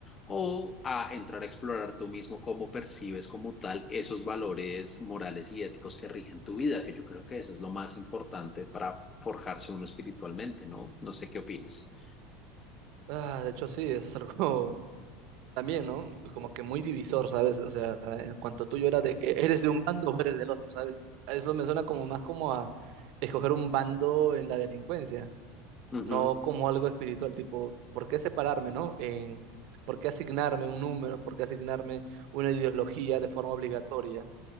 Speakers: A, on the left; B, on the right.
A: o a entrar a explorar tú mismo cómo percibes como tal esos valores morales y éticos que rigen tu vida, que yo creo que eso es lo más importante para forjarse uno espiritualmente, ¿no? No sé qué opinas.
B: Ah, de hecho, sí, es algo <laughs> también, ¿no? Como que muy divisor, ¿sabes? O sea, en cuanto tú yo era de que eres de un bando o eres del otro, ¿sabes? Eso me suena como más como a escoger un bando en la delincuencia.
A: Ujú,
B: no como algo espiritual, tipo, ¿por qué separarme, no? En, ¿por qué asignarme un número? ¿Por qué asignarme una ideología de forma obligatoria?